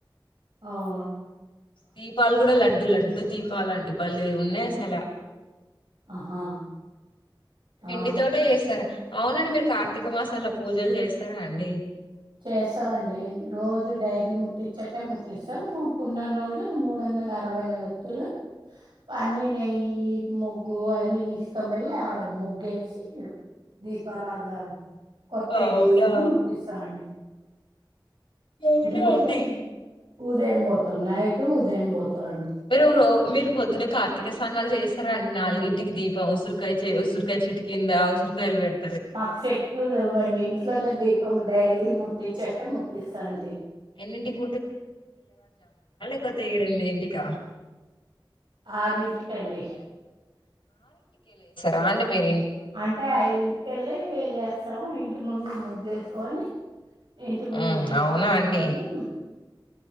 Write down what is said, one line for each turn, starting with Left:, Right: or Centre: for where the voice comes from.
Right: అవు
Left: దీపాలు కూడా లడ్డు లడ్డు డు దీపాలండి భలే గున్నాయి అసలు
Right: ఆహా ఆ
Left: పిండి తోట చేస్తార్ అవునండి మీరు కార్తీక మాసంలో పూజలు చేస్తారా అండి
Right: చేస్తామండి రోజు డైలీ ముట్టించట్టే ముట్టిస్తాం పున్నం రోజు మూడు వందల అరవై ఒత్తులు అన్ని నెయ్యి ముగ్గు అన్ని తీసుక పోయి ఆడ ముగ్గేసి దీపారాగాలు కొత్తవి
Left: అవునా
Right: తీసుకొని ముట్తిస్తామండి
Left: అవునా
Right: పోతాం
Left: అండి
Right: ఉదయం పోతాం నైట్ ఉదయం పోతాం అండి
Left: మీరు రో మీరు పొద్దున కార్తీక సానాలు చేస్ స్తార అండి నాలుగుగింటికి దీపం ఉసిరికాయ ఉసిరుకాయ చెట్టు కింద ఉసిరికాయలు పెడు
Right: మాకు చెట్లు లెవ్వండి ఇంట్లోనే దీపం డైలీ ము చట్టి ముట్టిస్తాండి
Left: ఎన్నింటికి కపోతే ఏడు ఎనిమిదింటి కా
Right: ఆరింటికండి
Left: రాండి మీర్
Right: అంటే ఐదుంటికెళ్ళి స్తం ఇంటి ముందు ముగ్గేసుకొని ఇంటి ముందు
Left: మ్మ్
Right: దీపాలు
Left: అవునా
Right: పెట్టుకొని
Left: అండి